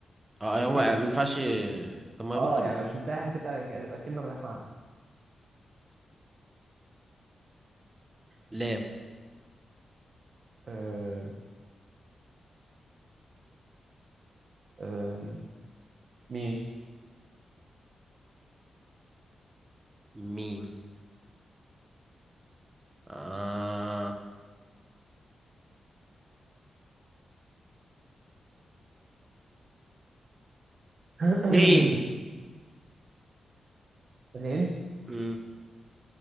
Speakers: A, on the right; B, on the right.
A: أه
B: بالكلمه
A: هو ما ينفعش طب ما
B: اه
A: ممكن
B: يعني لو شلتها هتبقى هتبقى كلمه ملهاش معنى
A: لام
B: آه... آه... مين
A: ميم آه
B: <clears throat>
A: غين
B: غين
A: م.